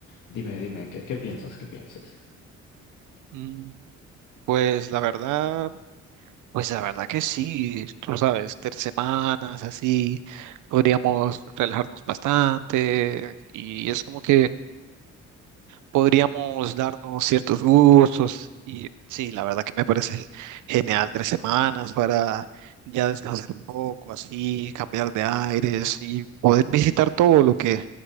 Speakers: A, on the left; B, on the right.
A: Dime, dime, ¿qué, qué piensas? ¿Qué piensas?
B: Mm, Pues la verdad, pues la verdad que sí, tú sabes, tres semanas así, podríamos relajarnos bastante y es como que podríamos darnos ciertos gustos y sí, la verdad que me parece genial tres semanas para ya descansar un poco, así, cambiar de aires y poder visitar todo lo que,